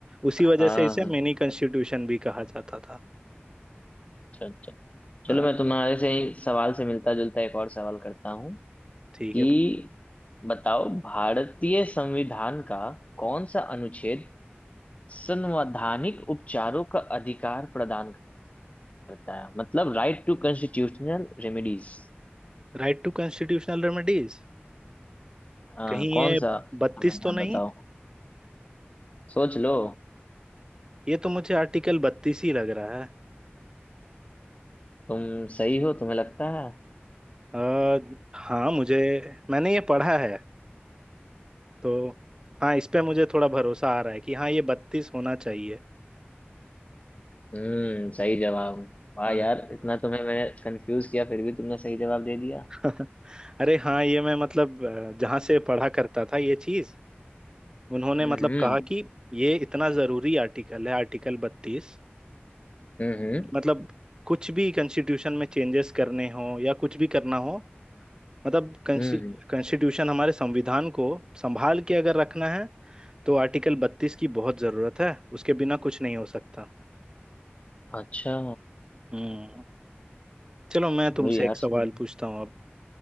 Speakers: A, on the right (about 20°); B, on the left (about 35°).
A: उसी
B: हाँ
A: वजह से इसे
B: हाँ। हाँ।
A: मिनी कॉन्स्टिट्यूशन भी कहा जाता था
B: अच्छा अच्छा चलो
A: हाँ
B: मैं तुम्हारे से ही सवाल से मिलता जुलता एक और सवाल करता हूँ
A: ठीक
B: कि
A: है
B: बताओ भारतीय संविधान का कौन सा अनुच्छेद संवैधानिक उपचारों का अधिकार प्रदान करता है मतलब राइट टू कॉन्स्टिट्यूशनल रेमेडीज
A: Right to constitutional remedies
B: हाँ,
A: कहीं
B: कौन
A: ये
B: सा
A: बत्तीस
B: संविधान
A: तो नहीं
B: बताओ सोच लो
A: ये तो मुझे आर्टिकल बत्तीस ही लग रहा है
B: तुम सही हो तुम्हें लगता है
A: आ, हाँ मुझे मैंने ये पढ़ा है तो हाँ इस पे मुझे थोड़ा भरोसा आ रहा है कि हाँ ये बत्तीस होना चाहिए
B: हम्म सही जवाब वाह
A: हाँ
B: यार इतना तुम्हें मैं कंफ्यूज किया फिर भी तुमने सही जवाब दे दिया
A: <laughs> अरे हाँ ये मैं मतलब अ, जहाँ से पढ़ा करता था ये चीज उन्होंने
B: हम्म
A: मतलब
B: हम्म
A: कहा कि ये इतना जरूरी आर्टिकल है आर्टिकल बत्तीस
B: हम्म
A: मतलब कुछ भी कॉन्स्टिट्यूशन में चेंजेस करने हो या कुछ भी करना हो मतलब कॉन्स्टिट्यूशन
B: हम्म हम्म।
A: हमारे संविधान को संभाल के अगर रखना है तो आर्टिकल बत्तीस की बहुत जरूरत है उसके बिना कुछ नहीं हो सकता
B: अच्छा
A: हम्म चलो मैं
B: चलो
A: तुमसे
B: यार
A: एक सवाल
B: सही है
A: पूछता हूँ